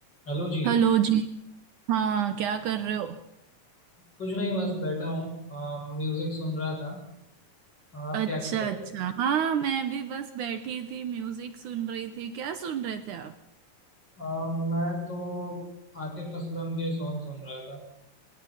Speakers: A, on the left; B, on the right.
A: Hello जी
B: हेलो जी हाँ क्या कर रहे हो
A: कुछ नहीं बस बैठा हूँ आ, म्यूजिक सुन रहा था आप
B: अच्छा
A: क्या कर रहे थे
B: अच्छा हाँ मैं भी बस बैठी थी म्यूजिक सुन रही थी क्या सुन रहे थे आप
A: आ, मैं तो आतिफ असलम के सॉन्ग सुन रहा था